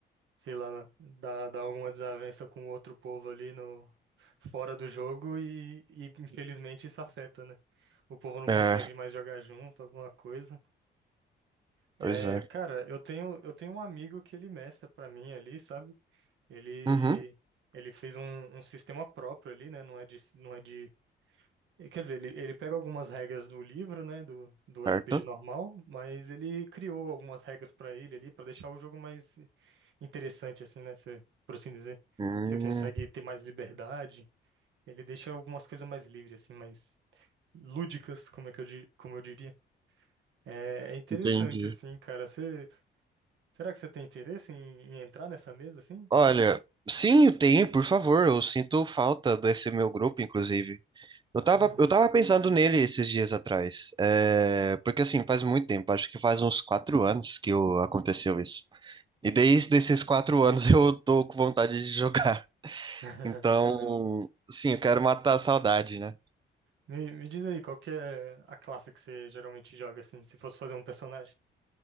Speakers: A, on the right; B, on the right.
A: sei lá, dá, dá alguma desavença com outro povo ali no fora do jogo e, e infelizmente isso afeta, né? O povo não
B: é,
A: consegue mais jogar junto, alguma coisa. É,
B: pois é.
A: cara, eu tenho eu tenho um amigo que ele mestra pra mim ali, sabe? Ele
B: Uhum,
A: ele fez um, um sistema próprio ali, né? Não é de não é de e, Quer dizer, ele, ele pega algumas regras do livro, né, do, do
B: certo.
A: RPG normal, mas ele criou algumas regras pra ele ali, pra deixar o jogo mais interessante, assim, né, você, por assim dizer.
B: Hum,
A: Você consegue ter mais liberdade, ele deixa algumas coisas mais livres, assim, mais lúdicas, como é que eu, di- como eu diria. É, é interessante,
B: entendi.
A: assim, cara. Você, será que você tem interesse em, em entrar nessa mesa, assim?
B: Olha, sim, tem, por favor. Eu sinto falta desse meu grupo, inclusive. Eu tava,
A: Uhum.
B: eu tava pensando nele esses dias atrás. É, porque assim, faz muito tempo, acho que faz uns quatro anos que eu- aconteceu isso. E desde esses quatro anos <laughs> eu tô com vontade de jogar.
A: <laughs>
B: Então,
A: Caramba.
B: sim, eu quero matar a saudade, né?
A: Me, me diz aí, qual que é a classe que você geralmente joga, assim, se fosse fazer um personagem?